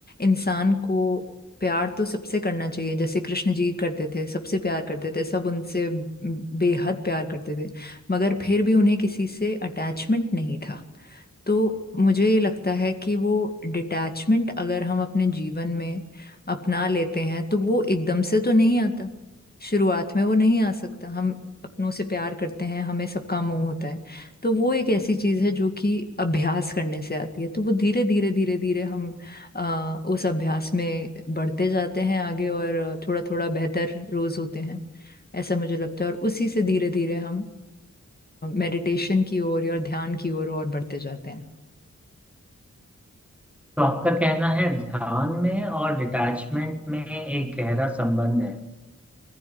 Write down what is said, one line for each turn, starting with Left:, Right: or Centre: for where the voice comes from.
Left: इंसान को प्यार तो सबसे करना चाहिए जैसे कृष्ण जी करते थे सबसे प्यार करते थे सब उनसे बेहद प्यार करते थे मगर फिर भी उन्हें किसी से अटैचमेंट नहीं था तो मुझे ये लगता है कि वो डिटैचमेंट अगर हम अपने जीवन में अपना लेते हैं तो वो एकदम से तो नहीं आता शुरुआत में वो नहीं आ सकता हम अपनों से प्यार करते हैं हमें सबका मोह होता है तो वो एक ऐसी चीज़ है जो कि अभ्यास करने से आती है तो वो धीरे धीरे धीरे धीरे हम अ, उस अभ्यास में बढ़ते जाते हैं आगे और थोड़ा थोड़ा बेहतर रोज होते हैं ऐसा मुझे लगता है और उसी से धीरे धीरे हम मेडिटेशन की ओर या ध्यान की ओर और बढ़ते जाते हैं
Centre: तो आपका कहना है ध्यान में और डिटैचमेंट में एक गहरा संबंध है